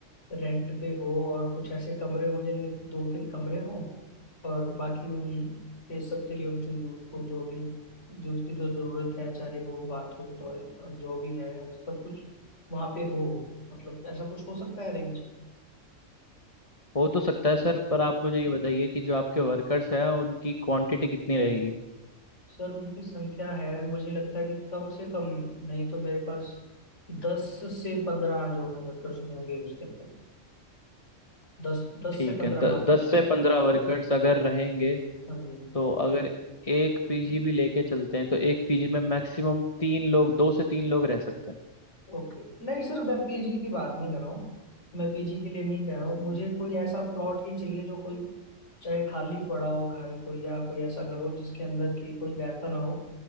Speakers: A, on the left; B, on the left.
A: रेंट पे हो और कुछ ऐसे कमरे हों जिनमें दो तीन कमरे हों और बाकी उन ये सब के लिए उनको यूजफुल जो भी जो उसकी जो जरूरत है चाहे वो बाथरूम टॉयलेट जो भी है सब कुछ वहाँ पे हो मतलब ऐसा कुछ हो सकता है अरेंज
B: हो तो सकता है सर पर आप मुझे ये बताइए कि जो आपके वर्कर्स हैं उनकी क्वांटिटी कितनी रहेगी
A: सर उनकी संख्या है मुझे लगता है कि कम से कम नहीं तो मेरे पास दस से पंद्रह जो है वर्कर्स होंगे उसके अंदर दस दस
B: ठीक
A: से पंद्रह
B: है द,
A: मान के
B: दस
A: चलो
B: से पंद्रह वर्कर्स अगर रहेंगे
A: हाँ जी
B: तो अगर एक पीजी भी लेके चलते हैं तो एक पीजी में मैक्सिमम तीन लोग दो से तीन लोग रह सकते हैं
A: ओके नहीं सर मैं पीजी की बात नहीं कर रहा हूँ मैं पीजी के लिए नहीं कह रहा हूँ मुझे कोई ऐसा प्लॉट ही चाहिए जो कोई चाहे खाली पड़ा हो घर कोई या कोई ऐसा घर हो जिसके अंदर की कोई वैसा ना हो